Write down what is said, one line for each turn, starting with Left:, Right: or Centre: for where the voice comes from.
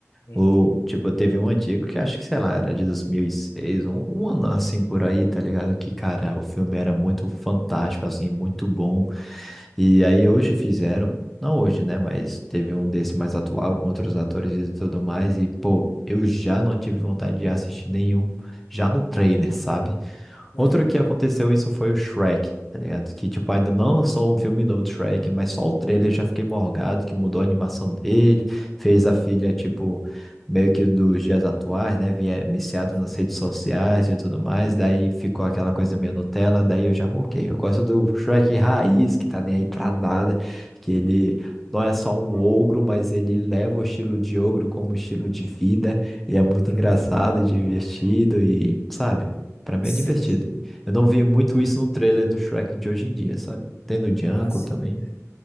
Left: Uhum,
Centre: Ou, tipo, teve um antigo que acho que, sei lá, era de 2006, um, um ano assim por aí, tá ligado? Que, cara, o filme era muito fantástico, assim, muito bom. E aí hoje fizeram, não hoje, né? Mas teve um desse mais atual, com outros atores e tudo mais. E, pô, eu já não tive vontade de assistir nenhum, já no trailer, sabe?
Left: uhum,
Centre: Outro que aconteceu isso foi o Shrek, tá ligado? Que, tipo, ainda não lançou um filme novo do Shrek, mas só o trailer já fiquei morgado, que mudou a animação dele, fez a filha, tipo, meio que dos dias atuais, né? vie- Viciado
Left: uhum,
Centre: nas redes sociais e tudo mais, daí ficou aquela coisa meio Nutella, daí eu já morguei. Eu gosto do Shrek raiz, que tá nem aí pra nada, que ele não é só um ogro, mas ele leva o estilo de ogro como estilo de vida, e é muito
Left: uhum.
Centre: engraçado e divertido, e, sabe? Pra mim
Left: Sim,
Centre: é divertido.
Left: sim.
Centre: Eu não vi muito isso no trailer do Shrek de hoje em dia, sabe? Tem no Django
Left: Ah, sim.
Centre: também.
Left: É